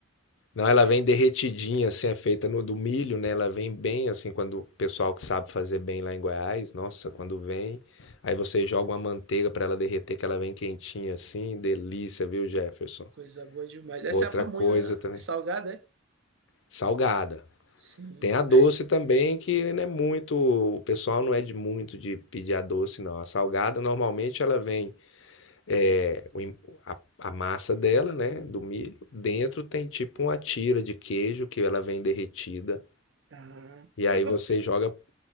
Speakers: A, on the left; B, on the right.
A: não, ela
B: De-
A: vem derretidinha, assim, é feita no do milho, né? Ela vem bem assim quando o pessoal que sabe fazer bem lá em Goiás, nossa, quando vem, aí você joga uma manteiga para ela derreter, que ela vem quentinha assim, delícia, viu, Jefferson?
B: Coisa boa demais. Essa
A: Outra
B: é a pamonha
A: coisa também,
B: salgada, é?
A: salgada.
B: Sim.
A: Tem a doce
B: É,
A: também, que não é muito. O pessoal não é de muito de pedir a doce, não. A salgada, normalmente, ela vem. é, o em- a, a massa dela, né? Do milho. Dentro tem tipo uma tira de queijo que ela vem derretida.
B: Ah,
A: E aí
B: eu, eu-
A: você joga,